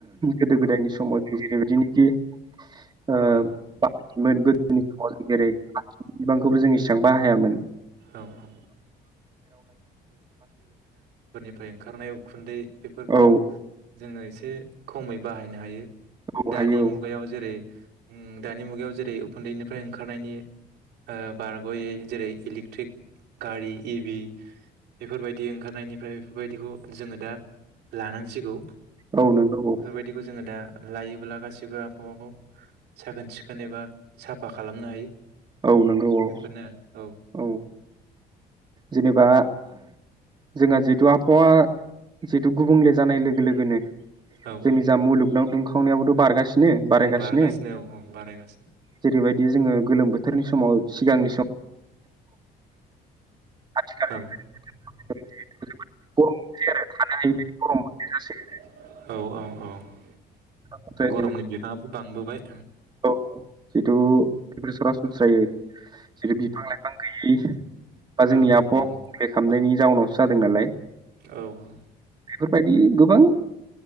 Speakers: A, on the right; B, on the right.
A: गोदो गोद गोदोनि समाव जों जेरैबायदिनोखि ओ
B: औ
A: बाखिमोन गोदोनि समाव जेरै बिबांखौबो जों इसेबां बाहायामोन।
B: औ ओमफ्राय ओंखारनाय उखुन्दै बेफोरखौबो
A: औ
B: जोङो एसे खमै बाहायनो हायो।
A: औ
B: दानि
A: हायो
B: मुगायाव जेरै दानि मुगायाव जेरै उखुन्दैनिफ्राय ओंखारनायनि बारग'यै जेरै इलेक्ट्रिक गारि एभि बेफोरबायदि ओंखारनायनिफ्राय बेफोरबायदिखौ जोङो दा लानांसिगौ।
A: औ नोंगौ औ।
B: बेफोरबायदिखौ जोङो दा लायोब्ला गासिबो आबहावाखौ साखोन सिखोन एबा साफा खालामनो हायो।
A: औ नंगौ औ
B: बेफोरनो आरो
A: औ जेनेबा जोंहा जिहेतु आबहावा जितु गुबुंले जानाय लोगो <unintelligible>
B: औ
A: जोंनि जा मुलुगनाव दुंखावनायबोथ' बारगासिनो बारायगासिनो
B: औ बारगासिनो औ औ बारायगासिनो
A: जेरैबाय बेयो जोङो गोलोम बोथोरनि समाव सिगांनि सम आथिखालनि
B: औ
A: गरम मोनलै आरो थानो हबायदि गरम मोननाय जासो
B: औ औ औ
A: ओमफ्राय
B: गरमनि बिबाङाबो बांबोबाय।
A: जिहेथु सरासनस्रायै जेरै बिफां लाइफां गैयै बा जोंनि
B: औ नंगौ
A: आबहावा
B: नंगौ
A: गुबुंले खालामनायनि जाउनावसो जादों नालाय
B: औ औ
A: बेफोरबायदि। गोबां